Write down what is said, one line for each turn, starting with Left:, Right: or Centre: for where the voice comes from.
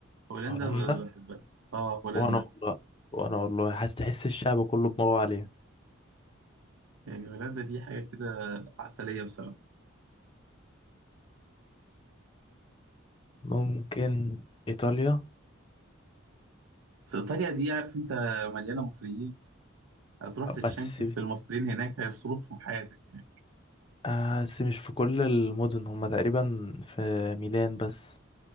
Right: هولندا
Left: هولندا
Right: ب- بحبها اه هولندا
Left: وانا والله وانا والله حاسس تحس الشعب كله بدماغه عليها
Right: يعني هولندا دي حاجة كده عسلية بصراحة
Left: ممكن ايطاليا
Right: بس إيطاليا دي عارف أنت مليانة مصريين هتروح تتشنكل
Left: بس
Right: في المصريين هناك هيفصلوك في حياتك هناك
Left: آه، بس مش في كل المدن هما تقريبا في ميلان بس